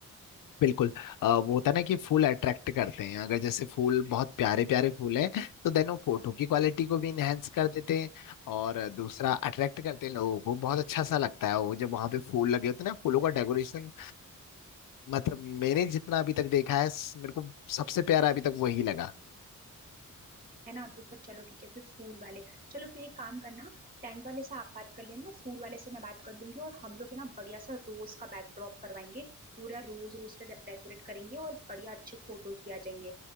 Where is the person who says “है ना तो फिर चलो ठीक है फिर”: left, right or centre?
Right